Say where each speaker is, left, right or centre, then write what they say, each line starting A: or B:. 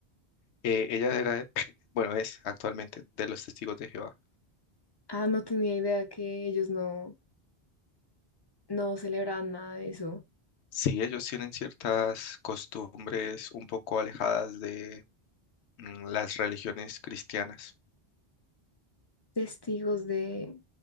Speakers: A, on the left; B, on the left.
A: Eh, ella era, <laughs> bueno, es actualmente de los Testigos de Jehová.
B: Ah, no tenía idea que ellos no, no celebraban nada de eso.
A: Sí, ellos tienen ciertas costumbres un poco alejadas de mm, las religiones cristianas
B: Testigos de